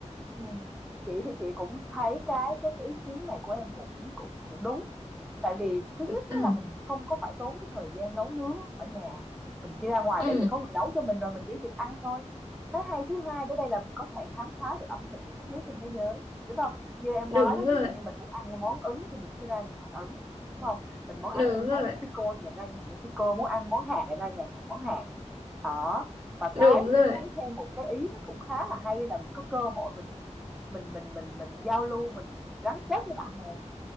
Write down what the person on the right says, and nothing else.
<laughs>
ừ
ừ
đúng
rồi
đúng rồi
đúng
rồi